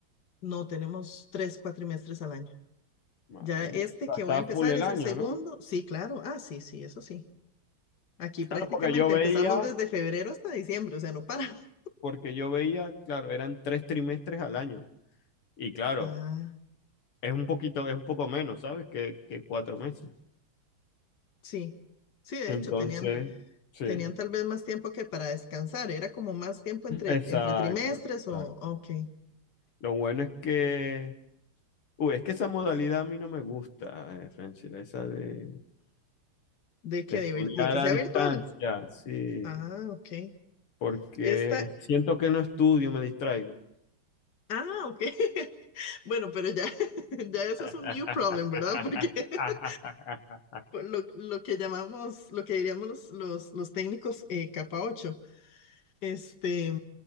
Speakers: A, on the left; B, on the left.
A: No, tenemos tres cuatrimestres al año.
B: Madre
A: Ya este
B: mía. O sea,
A: que
B: está
A: voy a empezar
B: full el
A: es
B: año,
A: el segundo.
B: ¿no?
A: Sí, claro. Ah, sí, sí, eso sí. Aquí prácticamente
B: Claro, porque yo veía,
A: empezamos desde febrero hasta diciembre, o sea, no paramos. <laughs>
B: porque yo veía, claro, eran tres trimestres al año. Y claro,
A: Ah,
B: es un poquito, es un poco menos, ¿sabes? Que, que cuatro meses.
A: sí. Sí, de
B: Entonces,
A: hecho, tenían,
B: sí.
A: tenían tal vez más tiempo que para descansar. Era como más tiempo entre,
B: Exacto,
A: entre trimestres
B: exacto.
A: o, ok.
B: Lo bueno es que Uy, es que esa modalidad a mí no me gusta, eh, Franchella, esa de
A: De que,
B: estudiar
A: de, vir- de que
B: a
A: sea
B: distancia,
A: virtual.
B: sí,
A: Ah, ok.
B: porque
A: Esta,
B: siento que no estudio, me distraigo.
A: ah, ok. <laughs> Bueno, pero ya, <laughs> ya eso
B: <laughs>
A: es un new problem, ¿verdad? Porque <laughs> por Lo, lo que llamamos, lo que diríamos los, los, los técnicos eh, capa 8. Este,